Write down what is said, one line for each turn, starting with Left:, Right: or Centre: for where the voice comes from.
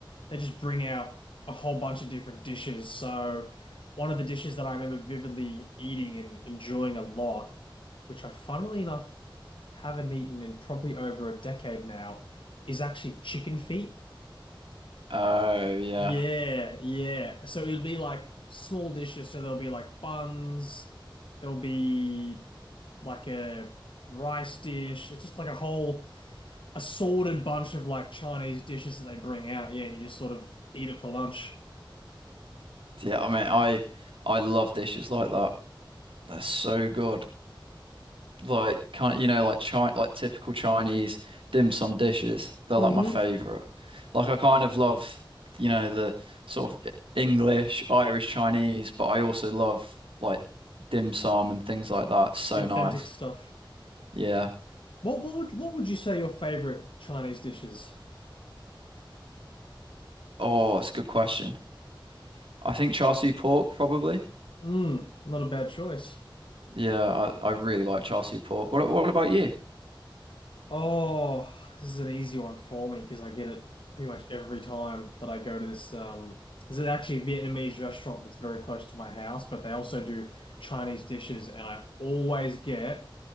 Left: they just bring out a whole bunch of different dishes. So, one of the dishes that I remember vividly eating and enjoying a lot, which I funnily enough haven't eaten in probably over a decade now, is actually chicken feet.
Right: Oh yeah.
Left: Yeah, yeah. So it'll be like small dishes. So there'll be like buns, there'll be like a rice dish. It's just like a whole assorted bunch of like Chinese dishes that they bring out. Yeah, and you just sort of eat it for lunch.
Right: Yeah, I mean I I love dishes like that. They're so good. Like kind of, you know, like chi like typical Chinese dim sum dishes. They're like
Left: Mm-hmm.
Right: my favorite. Like I kind of love, you know, the sort of English, Irish, Chinese, but I also love like dim sum and things like that. So
Left: The authentic
Right: nice.
Left: stuff.
Right: Yeah.
Left: What what would what would you say your favorite Chinese dishes?
Right: Oh, it's a good question. I think char siu pork probably.
Left: Mm, not a bad choice.
Right: Yeah, I, I really like char siu pork. What what about you?
Left: Oh, this is an easy one for me because I get it pretty much every time that I go to this. Um, this is actually a Vietnamese restaurant that's very close to my house, but they also do Chinese dishes, and I always get